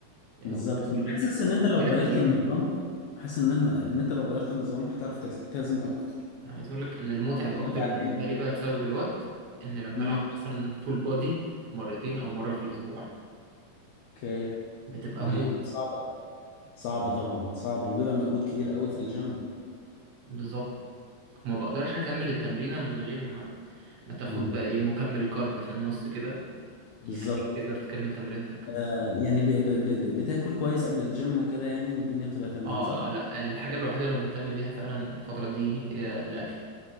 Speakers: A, on the right (about 70°); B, on the left (about 85°).
A: او
B: بالظبط
A: بوش بول
B: أنا
A: ليج
B: حاسس ان انت لو
A: ثلاث
B: غيرت
A: ايام
B: النظام حاسس ان انت ان انت لو غيرت النظام هتعرف تلتزم اكتر
A: انا عايز اقول لك ان المتعب
B: تقدر
A: اكتر
B: ترجع
A: بالنسبه
B: تاني
A: لي بقى بسبب الوقت ان لما
B: مم.
A: العب مثلا فول بودي مرتين او مره في الاسبوع
B: اوكي
A: بتبقى
B: تمام
A: موت
B: صعب صعب طبعا صعب وبيبقى مجهود كبير قوي في الجيم
A: بالظبط وما بقدرش اكمل التمرينه من غير ما ما تاخد
B: مم.
A: بقى ايه مكمل كارب في النص كده
B: بالظبط
A: يخليك تقدر تكمل تمرينتك
B: آه يعني ب... ب... ب... بتاكل كويس قبل الجيم وكده يعني والدنيا بتبقى تمام
A: اه
B: صح
A: آه، لا الحاجه الوحيده اللي مهتم بيها فعلا الفتره دي هي الاكل